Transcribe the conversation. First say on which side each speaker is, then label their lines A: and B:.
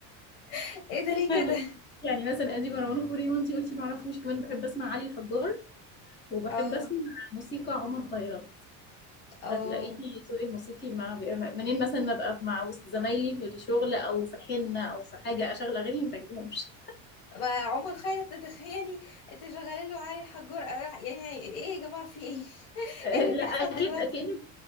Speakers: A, on the left; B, on the left.
A: <laughs> ايه ده ليه كده
B: يعني يعني مثلا ادي مروان خوري وانتي قلتي ما اعرفوش كمان بحب اسمع علي الحجار وبحب
A: اه
B: اسمع موسيقى عمر خيرت
A: اه
B: فتلاقيني ذوقي الموسيقي ما بي- منين مثلا ما ابقى مع وسط زمايلي في الشغل او في حنه او في حاجه اشغل اغاني ما تعجبهمش
A: ما عمر خيرت تتخيلي انت شغاله له علي الحجور آه، يعني ايه يا جماعه في ايه <laughs>
B: <laughs>
A: ايه اللي بيحصل
B: لا اكيد
A: دلوقتي
B: اكيد